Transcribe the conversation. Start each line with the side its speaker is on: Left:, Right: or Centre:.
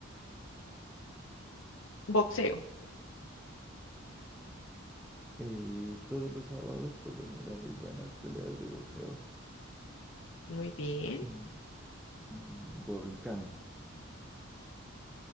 Left: boxeo.
Centre: Eh, todos los sábados por lo general hay buenas peleas de boxeo.
Left: Muy bien.
Centre: Mm, mm, Volcán.